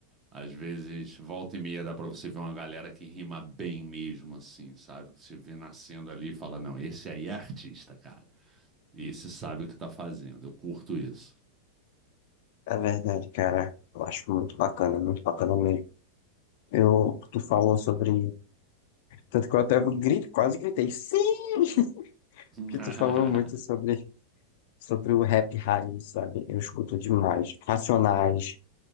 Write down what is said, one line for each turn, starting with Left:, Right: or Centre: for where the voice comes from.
Right: Às vezes, volta e meia, dá pra você ver uma galera que rima bem mesmo, assim, sabe? Que você vê nascendo ali e fala, não, esse aí é artista, cara. Esse sabe o que tá fazendo. Eu curto isso.
Left: É verdade, cara. Eu acho muito bacana, muito bacana mesmo. Eu, tu falou sobre. Tanto que eu até grito, quase gritei. Sim!
Right: <laughs>
Left: Porque tu falou muito sobre sobre o rap raiz, sabe? Eu escuto demais. Racionais.